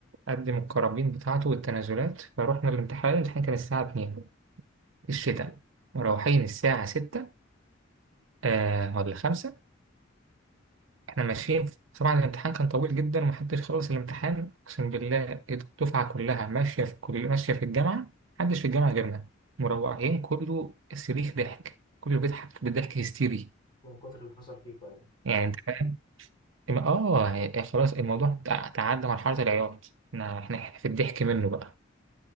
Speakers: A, on the right; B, on the left.
A: قدم الكرابين بتاعته والتنازلات فروحنا الامتحان الامتحان كان الساعة 2 الشتاء مروحين الساعة 6 آه ولا 5 احنا ماشيين في- طبعا الامتحان كان طويل جدا ومحدش خلص الامتحان اقسم بالله الدفعه كلها ماشيه في كل ماشيه في الجامعه محدش في الجامعه غيرنا مروحين كله صريخ ضحك كله بيضحك بضحك هستيري
B: من كتر اللي حصل فيكم يعني
A: يعني انت فاهم إما- اه يعني خلاص الموضوع تع- تعدى مرحله العياط احنا احنا في الضحك منه بقى